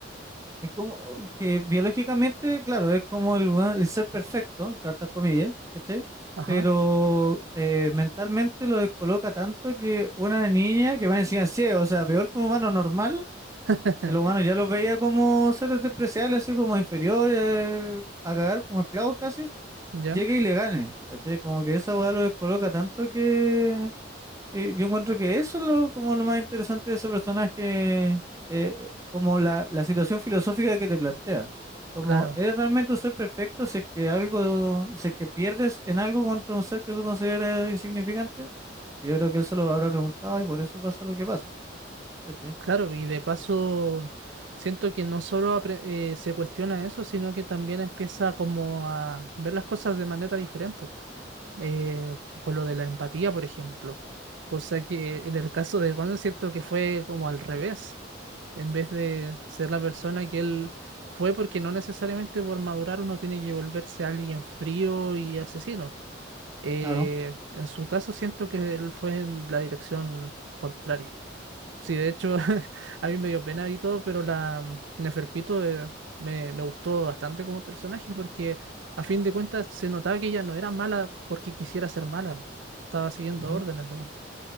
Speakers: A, on the right; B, on the right.
A: Es como que biológicamente, claro, es como el, weón- el ser perfecto, entre hartas comillas, ¿cachai?
B: Ajá.
A: Pero eh, mentalmente lo descoloca tanto que una niña que va encima ciego, o sea, peor que un humano normal,
B: <laughs>
A: que los humanos ya los veía como seres despreciables, así como inferiores, a cagar, como esclavos casi,
B: ¿Ya?
A: llegue y le gane, ¿cachai? Como que esa weá lo descoloca tanto que eh, yo encuentro que eso es lo, como lo más interesante de ese personaje, eh, como la, la situación filosófica que te plantea. Como,
B: Claro,
A: ¿eres realmente un ser perfecto si es que algo, si es que pierdes en algo contra un ser que tú consideras insignificante? Yo creo que él se lo habrá preguntado y por eso pasa lo que pasa. ¿cachai?
B: claro, y de paso siento que no solo apre- eh, se cuestiona eso, sino que también empieza como a ver las cosas de manera diferente. eh, con lo de la empatía, por ejemplo. Cosa que en el caso de Gon siento que fue como al revés. En vez de ser la persona que él fue, porque no necesariamente por madurar uno tiene que volverse alguien frío y asesino. Eh,
A: Claro.
B: en su caso siento que él fue en la dirección contraria. Sí, de hecho, <laughs> a mí me dio pena y todo, pero la mm, Neferpito eh, me, me gustó bastante como personaje porque a fin de cuentas se notaba que ella no era mala porque quisiera ser mala. Estaba siguiendo
A: Ujú,
B: órdenes nomás.